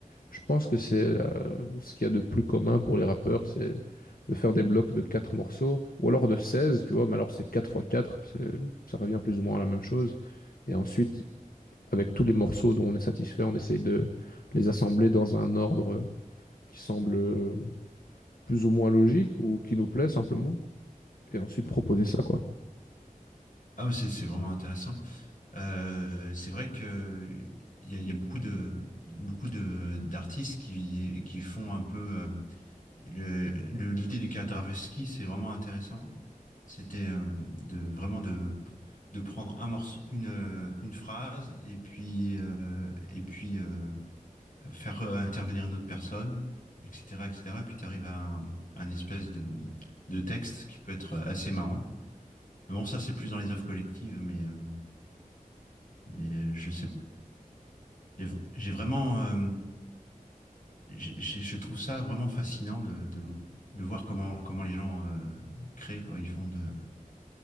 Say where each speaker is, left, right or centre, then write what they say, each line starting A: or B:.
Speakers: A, on the left; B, on the left.
A: je pense que c'est la- ce qu'il y a de plus commun pour les rappeurs, c'est de faire des blocs de quatre morceaux, ou alors de 16, tu vois, mais alors c'est 4 fois 4, c'est- ça revient plus ou moins à la même chose. Et ensuite, avec tous les morceaux dont on est satisfait, on essaye de les assembler dans un ordre qui semble euh, plus ou moins logique ou qui nous plaît simplement, et ensuite proposer ça, quoi.
B: Ah, mais c'est c'est vraiment intéressant. Euh, c'est vrai que il y a, il y a beaucoup de beaucoup de d'artistes qui qui font un peu euh, Le, le- l'idée du Kandarovski, c'est vraiment intéressant. C'était euh, de vraiment de, de prendre un morceau, une, euh, une phrase et puis euh, et puis euh, faire euh, intervenir une autre personne, etc., etc. Et cetera. Et puis tu arrives à un, un espèce de, de texte qui peut être assez marrant. Mais Bon, ça c'est plus dans les œuvres collectives, mais euh, mais je sais, j'ai v- j'ai vraiment, euh, j'ai- j'ai- je trouve ça vraiment fascinant de, de, de voir comment comment les gens euh, créent quoi ils font de